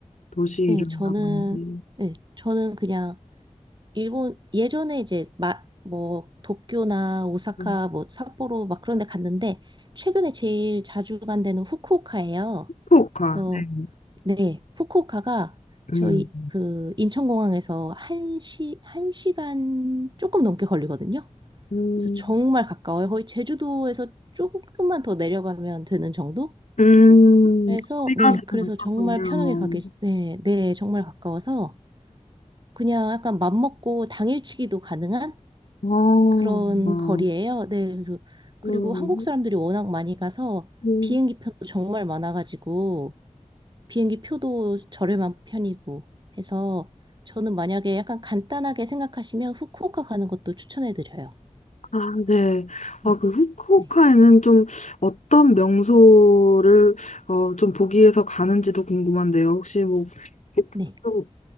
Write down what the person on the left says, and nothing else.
도시 이름이라든지
음,
후쿠오카.
네.
음.
음.
음.
거리가
되게
가깝군요.
아,
아.
음.
음.
아, 네. 아,
그 후쿠오카에는
좀 어떤 명소를 어, 좀 보기 위해서 가는지도 궁금한데요. 혹시 뭐, 그
좀